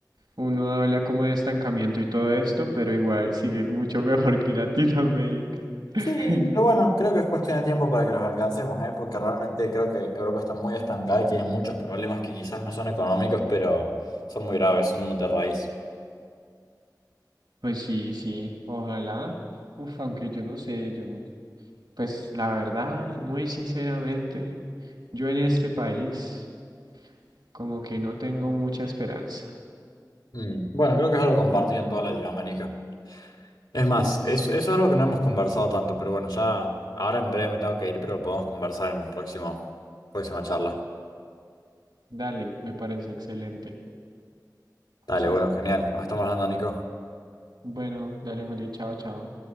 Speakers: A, on the right (about 80°); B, on the left (about 75°).
A: Uno habla como de estancamiento y todo esto, pero igual sigue mucho <laughs> mejor que Latinoamérica. <laughs>
B: Sí, pero bueno, creo que es cuestión de tiempo para que los alcancemos, ¿eh? Porque realmente creo que Europa está muy estancada y tiene muchos problemas que quizás no son económicos, pero son muy graves, son de raíz.
A: Pues sí, sí, ojalá. Uf, aunque yo no sé, yo, pues la verdad, muy sinceramente, yo en este país como que no tengo mucha esperanza.
B: Mm, Bueno, creo que es algo compartido en toda Latinoamérica. Es más,
A: <laughs> Sí.
B: es- eso es algo que no hemos conversado tanto, pero bueno, ya ahora en breve me tengo que ir, pero lo podemos conversar en próximo, próxima charla.
A: Dale, me parece excelente.
B: Dale,
A: Sí.
B: bueno, genial. Nos estamos hablando, Nico.
A: Bueno, dale, Juli, chao, chao.